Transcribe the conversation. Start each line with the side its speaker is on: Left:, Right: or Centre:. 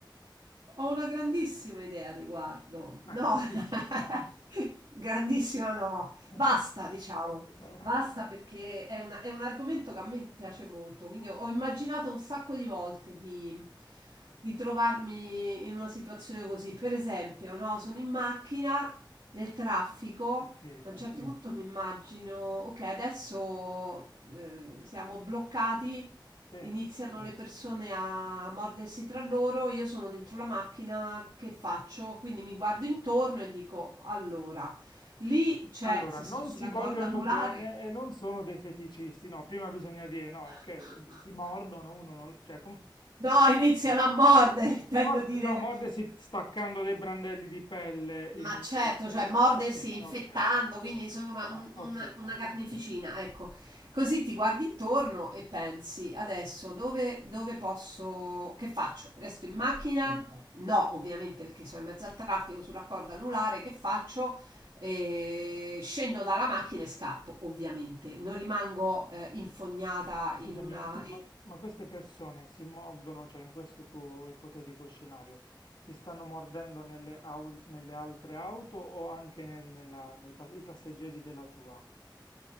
Right: Ho una grandissima idea a riguardo. No,
Left: Ah, grandissima.
Right: <laughs>
Left: oh.
Right: grandissima no.
Left: <laughs>
Right: Basta, diciamo.
Left: Vabbè,
Right: Basta perché è una- è un argomento che a me piace molto. Quindi ho immaginato un sacco di volte di, di trovarmi in una situazione così. Per esempio, no, sono in macchina nel traffico.
Left: Ok,
Right: A un certo Sì. punto mi immagino, ok, adesso eh, siamo bloccati.
Left: sì.
Right: Iniziano le persone a mordersi tra loro, io sono dentro la macchina, che faccio? Quindi mi guardo intorno e dico, allora, lì c'è,
Left: Allora,
Right: se
Left: non
Right: sto sulla
Left: si vogliono
Right: corda anulare,
Left: bene e non sono dei feticisti. No, prima bisogna dire no,
Right: <laughs>
Left: perché si mordono uno non... Cioè, com-
Right: no,
Left: ok.
Right: iniziano a mordere, intendo
Left: Morde,
Right: dire,
Left: no, mordersi staccando dei brandelli di pelle
Right: ma
Left: in maniera...
Right: certo,
Left: eh,
Right: cioè
Left: sa-
Right: mordersi
Left: ok,
Right: infettando,
Left: ok, ok.
Right: quindi insomma un-
Left: Ah, ok,
Right: una, una carneficina, ecco. Così ti guardi intorno e pensi, adesso dove, dove posso, che faccio? Resto in
Left: sì,
Right: macchina?
Left: infatti.
Right: No, ovviamente perché sono in mezzo al traffico sulla corda anulare, che faccio? Eh, scendo dalla macchina e scappo, ovviamente. Non rimango eh, infognata
Left: Scusami,
Right: in una...
Left: ma, ma- ma queste persone si mordono, cioè in questo tuo ipotetico scenario, si stanno mordendo nelle, au- nelle altre auto o anche nel- nella- nei pa- i passeggeri della tua?